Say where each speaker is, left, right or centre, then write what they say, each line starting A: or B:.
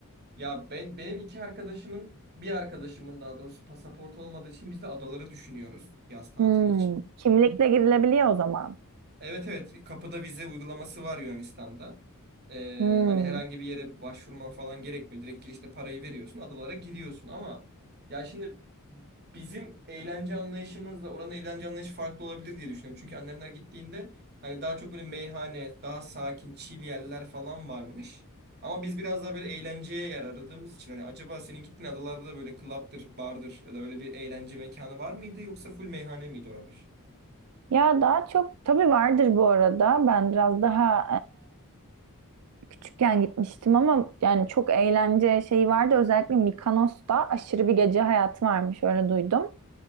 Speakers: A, on the right; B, on the right.
A: Ya ben benim iki arkadaşımın bir arkadaşımın daha doğrusu pasaport olmadığı için biz de adaları düşünüyoruz yaz tatili
B: Hmm,
A: için.
B: Kimlikle girilebiliyor o zaman.
A: Evet evet kapıda vize uygulaması var Yunanistan'da. Ee,
B: hmm.
A: hani herhangi bir yere başvurman falan gerekmiyor. Direkt girişte parayı veriyorsun, adalara gidiyorsun ama ya şimdi bizim eğlence anlayışımızla oranın eğlence anlayışı farklı olabilir diye düşünüyorum. Çünkü annemler gittiğinde hani daha çok böyle meyhane, daha sakin, chill yerler falan varmış. Ama biz biraz daha böyle eğlenceye yer aradığımız için hani acaba senin gittiğin adalarda da böyle club'dır, bar'dır ya da öyle bir eğlence mekanı var mıydı yoksa full meyhane miydi oralar?
B: Ya daha çok tabii vardır bu arada. Ben biraz daha e, küçükken gitmiştim ama yani çok eğlence şeyi vardı. Özellikle Mikonos'ta aşırı bir gece hayatı varmış öyle duydum.